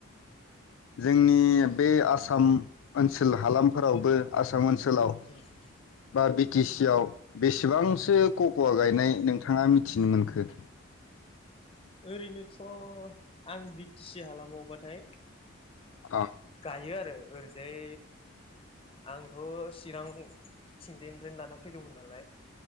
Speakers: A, on the left (about 75°); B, on the left (about 25°).
A: जोंनि बे आसाम ओनसोल हालामफोरावबो आसा म ओनसोलाव
B: उम
A: बा बिटि सि आव बेसेबांसो कक'वा गायनाय नों थाङा मिथिनो मोनखो?
B: ओरैनोथ' आं बि टि सि हालामावबाथाय
A: आ।
B: हायो आरो ओरैजाय आंथ' चिरां थिंजायनिफ्रायनो लाना फैदोंमोन नालाय।